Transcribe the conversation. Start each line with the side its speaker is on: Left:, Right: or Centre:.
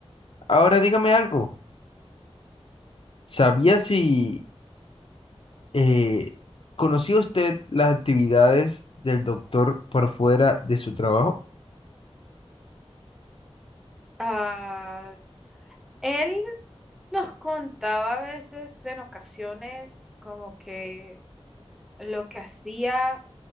Left: Ahora dígame algo. ¿Sabía si eh, conocía usted las actividades del doctor por fuera de su trabajo?
Centre: Ah, él Nos contaba a veces en ocasiones como que lo que hacía,